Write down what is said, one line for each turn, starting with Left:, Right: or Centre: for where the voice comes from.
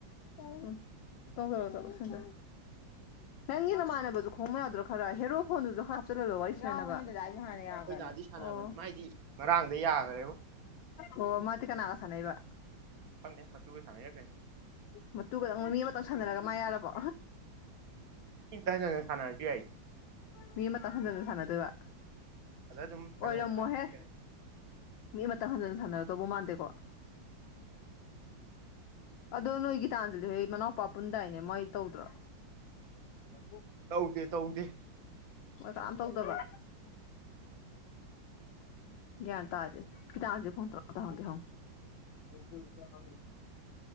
Left: ꯑꯝ ꯇꯣꯡꯖꯤꯜꯂꯣ ꯆꯠꯂꯣ ꯁꯦꯟꯗꯟ ꯅꯪꯒꯤ ꯅꯃꯥꯟꯅꯕꯁꯨ ꯈꯣꯡꯕ ꯌꯥꯗ꯭ꯔꯣ ꯈꯔ ꯍꯦꯔꯣ ꯐꯣꯟꯗꯨꯁꯨ ꯍꯥꯞꯆꯤꯟ ꯍꯜꯂꯣ ꯋꯥꯔꯤ ꯁꯥꯟꯅꯕ ꯌꯥꯎꯕꯅꯦ ꯅꯍꯥꯟꯅ ꯌꯥꯒ꯭ꯔꯥꯕꯅꯤ
Right: ꯗꯥꯗꯤ ꯁꯥꯟꯅꯕꯅꯤ
Left: ꯑꯣ
Right: ꯃꯥꯏꯗꯤ ꯉꯔꯥꯡꯗ ꯌꯥꯈ꯭ꯔꯦꯕ
Left: ꯑꯣ ꯃꯥꯗꯤ ꯀꯅꯥꯒ ꯁꯥꯟꯅꯩꯕ
Right: ꯈꯪꯗꯦ ꯃꯇꯨꯒ ꯁꯥꯟꯅꯩꯔ ꯀꯩꯅꯣ
Left: ꯃꯇꯨꯒꯗꯪ ꯃꯤ ꯑꯃꯇꯪ ꯁꯥꯟꯅꯔꯒ ꯃꯥ ꯌꯥꯔꯕꯣ
Right: ꯃꯤ ꯑꯝꯇ ꯍꯟꯖꯟ ꯍꯟꯖꯟ ꯁꯥꯟꯅꯔꯁꯨ ꯌꯥꯏ
Left: ꯃꯤ ꯑꯃꯇꯪ ꯍꯟꯖꯤꯟꯅ ꯁꯥꯟꯅꯗꯣꯏꯕ
Right: ꯑꯗ ꯑꯗꯨꯝ
Left: ꯑꯣꯏꯔꯝꯃꯣꯍꯦ
Right: ꯍꯟꯖꯟ ꯍꯟꯖꯟ ꯁꯥꯟꯅꯔꯁꯨ ꯌꯥꯏ
Left: ꯃꯤ ꯑꯃꯇꯪ ꯍꯟꯖꯟ ꯁꯥꯟꯅꯔꯗꯧꯕ ꯃꯥꯟꯗꯦꯀꯣ ꯑꯗꯣ ꯅꯣꯏ ꯒꯤꯇꯥꯟꯖꯂꯥ ꯍꯣꯏ ꯃꯅꯥꯎꯄꯥ ꯄꯨꯟꯗꯥꯏꯅꯦ ꯃꯣꯏ ꯇꯧꯗ꯭ꯔꯣ ꯍ
Right: ꯇꯧꯗꯦ ꯇꯧꯗꯦ
Left: ꯃꯣꯏ
Right: ꯃꯣꯏꯗꯤ
Left: ꯀꯅꯥꯝ ꯇꯧꯗꯕ꯭ꯔꯥ ꯒ꯭ꯌꯥꯟ ꯇꯥꯗꯦ ꯒꯤꯇꯥꯟꯖꯂꯤ ꯐꯣꯟ ꯇꯔ ꯑꯝꯇ ꯍꯪꯒꯦ ꯍꯪꯎ <unintelligible>